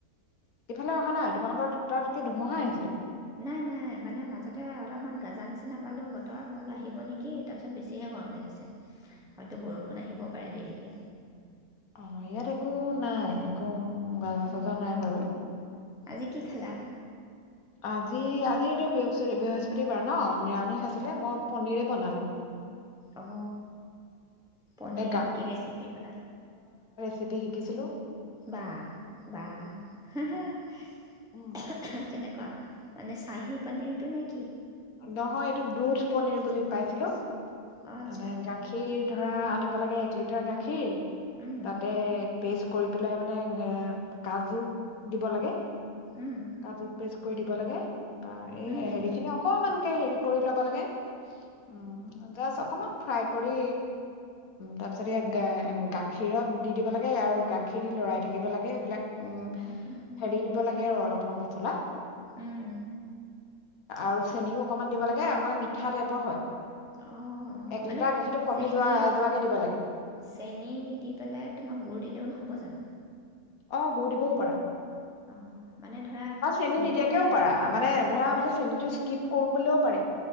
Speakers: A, on the left; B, in the centre.
A: ইফালে অহা নাই। তোমালোকৰ, ‌তাত কি ধুমুহা আহিছিলে?
B: নাই নাই মানে মাজতে অলপমান গাজা নিচিনা পালোঁ বতৰ, মই বোলোঁ আহিব নেকি, তাৰপিছত বেছিহে গৰম লাগিছে। হয়তো বৰষুণ আহিবও পাৰে দেৰিকে।
A: অহ, ইয়াত একো নাই। কো গাজা
B: উম,
A: চাজা নাই বাৰু।
B: আজি কি খালা?
A: আজি, আজি এইটো বৃহস্প-বৃহস্পতিবাৰ ন', নিৰামিষ আছিলে, মই পনীৰে বনালোঁ।
B: অহ, পনীৰৰ
A: এ
B: কি ৰেচিপি বনালা?
A: চেপি শিকিছিলোঁ
B: বা‌ বা, কেনেকুৱা?
A: উম
B: মানে চাহী পনীৰটো নে কি?
A: নহয় এইটো দুধ পনীৰ বুলি পাইছিলোঁ।
B: অ', আচ্ছা
A: মানে গাখীৰ ধৰা আনিব লাগে এক লিটাৰ গাখীৰ
B: উম,
A: তাতে পেষ্ট কৰিপেলাই মানে এ, কাজু দিব লাগে।
B: উম,
A: কাজু পেছ কৰি দিব লাগে। বা এই
B: উম,
A: হেৰি খিনি অ কনমানকে হেৰি কৰি ল'ব লাগে উম আদা চপ অকণমান ফ্ৰাই কৰি তাৰপিছত ইয়াক গাখীৰত দি দিব লাগে। আৰু গাখীৰ দি লৰাই থাকিব লাগে এইবিলাক। উম,
B: উম, উম,
A: হেৰি দিব লাগে আৰু অলপ, অলপ মছলা।
B: উম, আচ্ছা
A: আৰু অকমান দিব লাগে আৰু মানে মিঠা টাইপৰ হয়।
B: অ'
A: এক
B: মানে
A: লিটাৰ গাখীৰটো কমি
B: চেনীৰ
A: যোৱা যোৱাকে দিব লাগে
B: চেনী নিদি পেলাই তোমাক গুৰ দিলেও নহব জানো?
A: অ গুৰ দিবও পাৰা।
B: অ' মানে ধৰা
A: বা চেনি
B: চেনিটো
A: নিদিয়াকেও পাৰা মানে ধৰা <unintelligible> চেনিটো স্কিপ কৰিবলৈও পাৰি।